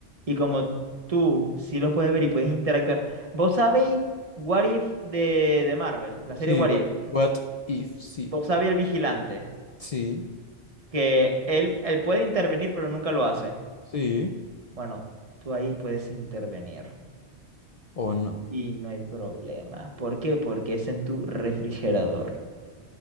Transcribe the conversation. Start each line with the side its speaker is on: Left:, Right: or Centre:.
Right: y como tú sí los puedes ver y puedes interactuar. ¿Vos sabéis What If de, de Marvel, la serie
Left: Sí,
Right: What
Left: what,
Right: If?
Left: what if, sí,
Right: ¿Vos sabéis el vigilante?
Left: sí,
Right: Que él, él puede intervenir, pero nunca lo hace.
Left: sí,
Right: Bueno, tú ahí puedes intervenir
Left: o no.
Right: y no hay problema. ¿Por qué? Porque es en tu refrigerador.